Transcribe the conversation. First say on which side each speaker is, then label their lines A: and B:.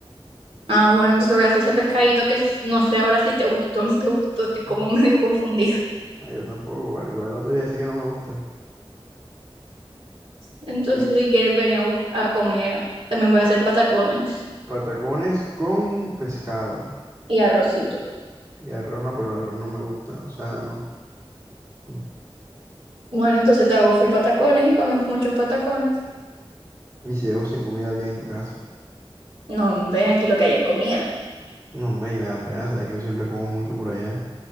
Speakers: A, on the right (about 65°); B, on the right (about 35°).
A: Ah, bueno, entonces voy a hacer ese pescadito que s- no sé ahora si te gustó o no te gustó, estoy como
B: Mm.
A: <laughs> medio confundida.
B: Ah, yo tampoco. Bueno, igual no te voy a decir que no me gusta.
A: Entonces,
B: Y
A: si quieres venir a, bus- a comer, también voy a hacer patacones
B: patacones con pescado.
A: y arrocito.
B: Y arroz no, pero el arroz no me gusta. O sea, no. Mm.
A: Bueno, entonces te hago full patacones y comemos muchos patacones.
B: Y si dejo sin comida a alguien en tu casa.
A: No, hombre, aquí lo que hay es comida.
B: No, hombre, y me da pena, sabes que yo siempre como mucho por allá.